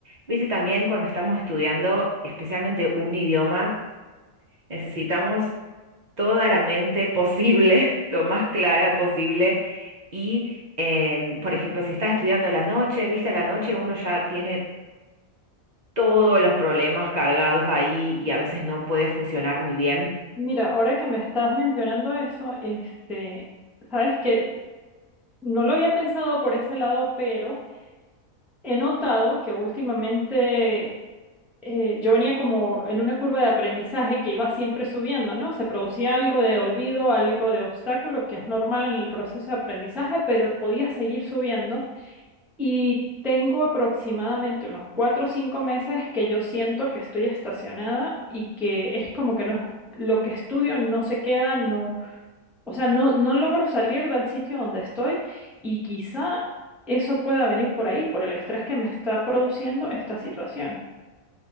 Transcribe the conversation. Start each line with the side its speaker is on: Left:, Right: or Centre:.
Right: viste también cuando estamos estudiando especialmente un idioma, necesitamos toda la mente posible, <laughs> lo más clara posible. Y, em, por ejemplo, si estás estudiando a la noche, viste, a la noche uno ya tiene todos los problemas cargados ahí y a veces no puede funcionar muy bien.
Centre: Mira, ahora que me estás mencionando eso, este, sabes que no lo había pensado por ese lado, pero he notado que últimamente eh, yo venía como en una curva de aprendizaje que iba siempre subiendo, ¿no? Se producía algo de olvido, algo de obstáculo, que es normal en el proceso de aprendizaje, pero podía seguir subiendo. Y tengo aproximadamente unos cuatro o cinco meses que yo siento que estoy estacionada y que es como que no, lo que estudio no se queda, no o sea, no, no logro salir del sitio donde estoy y quizá eso pueda venir por ahí, por el estrés que me está produciendo esta situación.